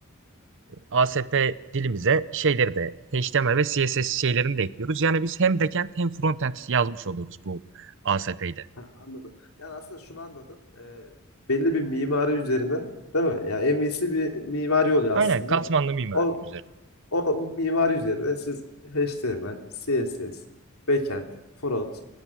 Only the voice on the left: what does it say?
Ha, anladım. Yani aslında şunu anladım. E, belli bir mimari üzerine değil mi? Yani MVC bir mimari oluyor
aslında.
O
O mimari üzerine siz HTML, CSS, backend, front